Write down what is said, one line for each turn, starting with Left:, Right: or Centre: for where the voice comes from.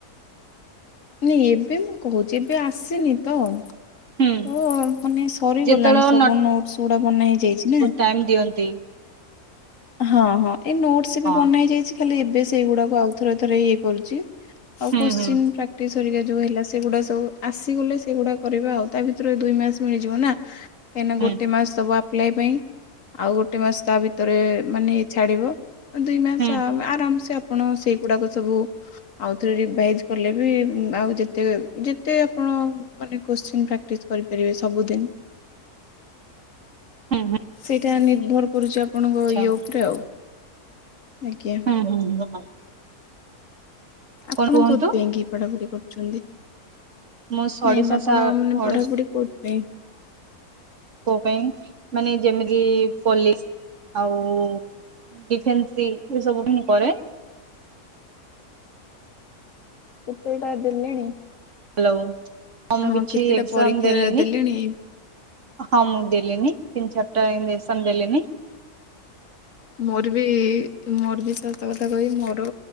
Left: ନାଇଁ ଏବେ ମୁଁ କହୁଛି ଏବେ ଆସିନି ତ
Right: ହୁଁ
Left: ତ ମାନେ ସରିଗଲାଣି
Right: ଯେତେବେଳେ
Left: ସବୁ ନୋଟସ୍ ଗୁଡା ବନା ହେଇଯାଇଛି ନା
Right: ଟାଇମମ୍ ଦିଅନ୍ତି।
Left: ହଁ ହଁ ଏଇ ନୋଟସ
Right: ହଁ
Left: ବି ବନା ହେଇ ଯାଇଛି ଖାଲି ଏବେ ସେଇଗୁଡାକୁ ଆଉ ଥରେ ଥରେ ଇ କରୁଛି ଆଉ
Right: ହୁଁ
Left: କୋ୍ଶ୍ଚିନ
Right: ହୁଁ
Left: ପ୍ରାକ୍ଟିସ୍ ହେରିକା ଯୋଉ ହେଲା ସେଗୁଡା ସବୁ ଆସିଗଲେ ସେଗୁଡା କରିବା ଆଉ ତା ଭିତରେ ଦୁଇ ମାସ ମିଳିଯିବ ନା କାହିଁକିନା
Right: ହୁଁ
Left: ଗୋଟେ ମାସ ସବୁ ଆପ୍ଲାଏ ପାଇଁ ଆଉ ଗୋଟେ ମାସ ତା ଭିତରେ ମାନେ ଛାଡିବ ଦୁଇ ମାସ
Right: ହୁଁ ହୁଁ
Left: ଆରାମସେ ଆପଣ ସେଇଗୁଡାକ ସବୁ ଆଉଥରେ ରିଭାଇଜ୍ କଲେ ବି ଆଉ ଯେତେ ଯେତେ ଆପଣ ମାନେ କୋଶ୍ଚିନ୍ ପ୍ରାକ୍ଟିସ୍ କରିପାରିବେ ସବୁଦିନ।
Right: ହୁଁ ହୁଁ।
Left: ସେଇଟା ନିର୍ଭର କରୁଚି ଆପଣଙ୍କ
Right: ଆଛା
Left: ଇଏ ଉପରେ ଆଉ ଆଜ୍ଞା।
Right: ହୁଁ ହୁଁ ହୁଁଁ।
Left: ଆପଣ
Right: କୁହନ୍ତୁ
Left: କୋଉଥିପାଇଁ କିି ପଢାପଢି କରୁଛନ୍ତି?
Right: ମୁଁ ସଡିଶା
Left: ନାଇଁ ଆପଣ
Right: ସା
Left: ମାନେ
Right: ଓଡିଶା
Left: ପଢାପଢି କଉଥିପାଇଁ?
Right: କୋ ପାଇଁ ମାନେ ଯେମିତି ପୋଲିସ ଆଉ ଡିଫେନ୍ସସି ଏସବୁ ମୁଁ କରେ।
Left: କେତେ ଟା ଦେଲେଣି?
Right: ହ୍ୟାଲୋ ଆଉ ମୁଁ
Left: ହଁ
Right: କିଛି
Left: କେତେଟା
Right: ଏଜାମ
Left: ପରୀକ୍ଷା
Right: ଦେଲିିନି।
Left: ଦେଲେଣି?
Right: ହଁ ମୁଁ ଦେଲିନି ତିନି ଚାରିଟା ଏଗଯିବିଷଣ ଦେଲିଣିି।
Left: ମୋର ବି ମୋର ବି ସତ କଥା କହିବି ମୋର